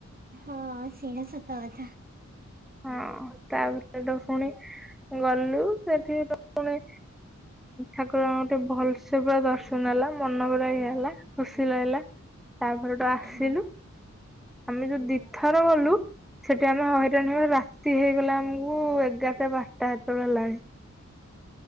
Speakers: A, on the right; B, in the centre.
A: ହଁ ସେଇଟା ସତ କଥା।
B: ହଁ ତାପରେ ହେଠୁ ଫୁଣି ଗଲୁ ସେଠି ପୁଣି ଠାକୁରଙ୍କଟି ଭଲସେ ପୁରା ଦର୍ଶନ ହେଲା ମନ ପୁରା ଇଏ ହେଲା ଖୁସି ଲାଗିଲା ତା ସୋଉଟୁ ଆସିଲୁ।
A: ହଁ
B: ଆମେ ଯୋଉ ଦିଥର ଗଲୁ ସେଠି ଆମେ ହଇରା <unintelligible> ରାତି ହେଇଗଲା ଆମୁକୁ ଏଗାରଟା ବାରଟା ହେତେବେଳକୁ ହେଲାଣି।